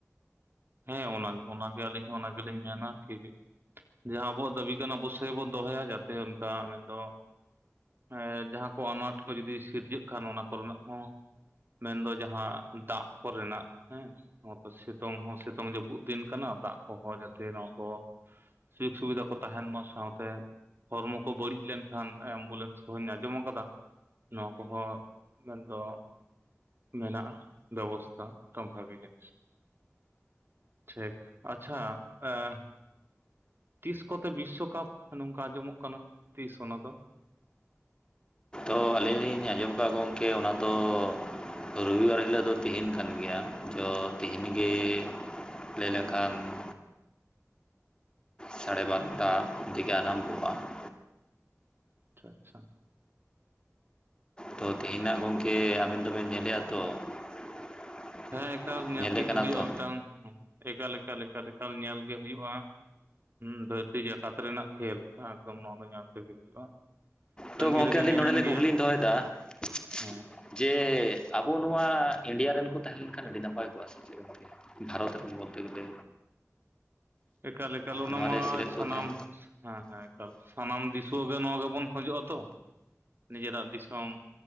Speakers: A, on the right; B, on the left.
A: ᱦᱮᱸ ᱚᱱᱟ ᱚᱱᱟᱜᱮ ᱟᱹᱞᱤᱧ ᱦᱚᱸ ᱚᱱᱟ ᱜᱮᱞᱤᱧ ᱢᱮᱱᱟ ᱠᱤ ᱡᱟᱦᱟᱸ ᱟᱵᱚᱣᱟᱜ ᱫᱟᱹᱵᱤ ᱠᱟᱱᱟ ᱟᱵᱚᱥ ᱥᱳᱭ ᱵᱚᱱ ᱫᱚᱦᱚᱭᱟ ᱡᱟᱛᱮ ᱚᱱᱠᱟ ᱢᱮᱱᱫᱚ ᱦᱮᱸ ᱡᱟᱦᱟᱸ ᱠᱚ ᱟᱱᱟᱴ ᱠᱚ ᱡᱩᱫᱤ ᱥᱤᱨᱡᱟᱹᱜ ᱠᱷᱟᱱ ᱚᱱᱟ ᱠᱚᱨᱮᱱᱟᱜ ᱦᱚᱸ᱾ ᱢᱮᱱᱫᱚ ᱡᱟᱦᱟᱸ ᱫᱟᱜ ᱠᱚᱨᱮᱱᱟᱜ ᱦᱮᱸ, ᱚ ᱥᱤᱛᱩᱝ ᱦᱚᱸ ᱥᱤᱛᱩᱝ ᱱᱤᱛᱚᱝ ᱡᱟᱹᱯᱩᱫ ᱫᱤᱱ ᱠᱟᱱᱟ, ᱫᱟᱜ ᱠᱚᱦᱚᱸ ᱡᱟᱛᱮ ᱱᱚᱣᱟ ᱠᱚ ᱥᱤᱢ ᱥᱩᱵᱤᱫᱷᱟ ᱠᱚ ᱛᱟᱦᱮᱱ ᱢᱟ, ᱥᱟᱶᱛᱮ ᱦᱚᱲᱢᱚ ᱠᱚ ᱵᱟᱹᱲᱤᱡ ᱞᱮᱱᱠᱷᱟᱱ ᱮᱢᱵᱩᱞᱮᱱᱥ ᱠᱚᱦᱚᱸᱧ ᱟᱸᱡᱚᱢ ᱟᱠᱟᱫᱟ? ᱱᱚᱣᱟ ᱠᱚᱦᱚᱸ ᱢᱮᱱᱫᱚ ᱢᱮᱱᱟᱜᱼᱟ, ᱵᱮᱵᱚᱥᱛᱷᱟ ᱠᱚᱢ ᱵᱷᱟᱜᱮ ᱜᱮ᱾ ᱴᱷᱤᱠ, ᱟᱪᱪᱷᱟ ᱮ ᱛᱤᱥ ᱠᱚᱛᱮ ᱵᱤᱥᱥᱚᱠᱟᱯ ᱱᱚᱝᱠᱟ ᱟᱸᱡᱚᱢᱚᱜ ᱠᱟᱱᱟ ᱛᱤᱥ ᱚᱱᱟ ᱫᱚ?
B: ᱛᱚ ᱟᱹᱞᱤᱧ ᱞᱤᱧ ᱟᱸᱡᱚᱢ ᱠᱟᱜ-ᱟ ᱜᱚᱝᱠᱮ ᱚᱱᱟ ᱫᱚ <unintelligible> ᱨᱩᱵᱤ ᱵᱟᱨ ᱦᱤᱞᱟᱹᱜ ᱫᱚ ᱛᱤᱦᱤᱧ ᱠᱟᱱ ᱜᱮᱭᱟ ᱪᱚ ᱛᱤᱦᱤᱧ ᱜᱮ ᱞᱟᱹᱭ ᱞᱮᱠᱷᱟᱱ <unintelligible> ᱥᱟᱲᱮ ᱵᱟᱨᱚᱴᱟ ᱫᱤᱜᱮ ᱟᱨᱟᱢᱵᱷᱚᱜᱼᱟ᱾ <unintelligible>
A: ᱟᱪᱪᱷᱟ ᱟᱪᱪᱷᱟ᱾ <unintelligible>
B: ᱛᱚ ᱛᱤᱦᱤᱱᱟᱜ ᱜᱚᱝᱠᱮ ᱟᱵᱮᱱ ᱫᱚᱵᱮᱱ ᱧᱮᱞᱮᱜᱼᱟ ᱛᱚ? <unintelligible>
A: ᱦᱮᱸ ᱮᱠᱟᱞ ᱧᱮᱞ
B: ᱧᱮᱞᱮ
A: ᱛᱮᱜᱮ
B: ᱠᱟᱱᱟ
A: ᱦᱩᱭᱩᱜᱼᱟ
B: ᱛᱚ
A: ᱢᱤᱫᱴᱟᱝ ᱮᱠᱟᱞ ᱮᱠᱟᱞ ᱮᱠᱟᱞ ᱮᱠᱟᱞ ᱧᱮᱞ ᱜᱮ ᱦᱩᱭᱩᱜᱼᱟ᱾ ᱦᱩᱸ ᱫᱷᱟᱹᱨᱛᱤ ᱡᱟᱠᱟᱛ ᱨᱮᱱᱟᱜ ᱠᱷᱮᱞ ᱮᱠᱫᱚᱢ ᱱᱚᱣᱟ ᱫᱚ ᱧᱮᱞ ᱛᱮᱜᱮ ᱦᱩᱭᱩᱜᱼᱟ᱾ ᱛᱟᱺᱜᱤ
B: ᱛᱚ ᱜᱚᱝᱠᱮ
A: ᱨᱮᱜᱮ
B: ᱟᱹᱞᱤᱧ
A: ᱢᱤᱱᱟᱹᱧ
B: ᱱᱚᱰᱮ ᱞᱤᱧ
A: ᱜᱮᱭᱟ
B: ᱠᱩᱠᱞᱤᱧ ᱫᱚᱦᱚᱭᱮᱫᱟ, <unintelligible>
A: ᱦᱮᱸ
B: ᱡᱮ ᱟᱵᱚ ᱱᱚᱣᱟ ᱮᱨᱤᱭᱟ ᱨᱮᱱ ᱠᱚ ᱛᱟᱦᱮᱸᱱ ᱠᱷᱟᱱ ᱟᱹᱰᱤ ᱱᱟᱯᱟᱭ ᱠᱚᱜᱼᱟ ᱥᱮ ᱪᱮᱫ ᱞᱮᱠᱟ? ᱵᱷᱟᱨᱚᱛ ᱨᱮᱱ ᱵᱚᱞᱛᱮ ᱜᱮᱞᱮ᱾
A: ᱮᱠᱟᱞ ᱮᱠᱟᱞ ᱚᱱᱟ
B: ᱱᱚᱣᱟᱨᱮ
A: ᱢᱟ
B: ᱥᱮᱞᱮᱫ
A: ᱥᱟᱱᱟᱢ,
B: ᱠᱚ ᱛᱟᱦᱮᱸ
A: ᱦᱳᱭ ᱦᱳᱭ᱾ ᱮᱠᱟᱞ ᱥᱟᱱᱟᱢ ᱫᱤᱥᱩᱣᱟᱹ ᱜᱮ ᱱᱚᱣᱟ ᱜᱮᱵᱚᱱ ᱠᱷᱚᱡᱚᱜᱼᱟ ᱛᱚ ᱱᱤᱡᱮᱨᱟᱜ ᱫᱤᱥᱚᱢ